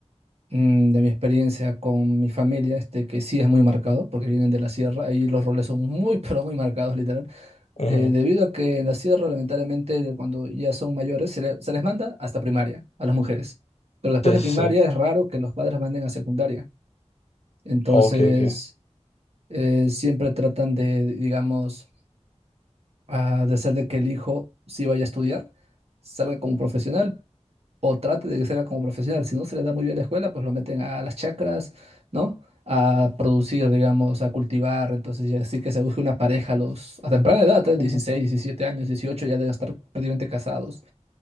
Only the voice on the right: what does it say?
mm, de mi experiencia con mi familia, este que sí es muy marcado, porque vienen de la sierra, ahí los roles son muy, <laughs> pero muy marcados, literal.
Eh, debido a que en la sierra, lamentablemente, de cuando ya son mayores, se, le- se les manda hasta primaria a las mujeres. Pero después
de
primaria
es raro que los padres manden a secundaria. Entonces,
eh, siempre tratan de, digamos, ah, de hacer de que el hijo sí vaya a estudiar salga como profesional, o trate de que sea como profesional. Si no se le da muy bien la escuela, pues lo meten a las chacras, ¿no? A producir, digamos, a cultivar. Entonces, ya sí que se busca una pareja a los, a temprana edad, ¿eh?
16, 17 años, 18, ya deben estar prácticamente casados.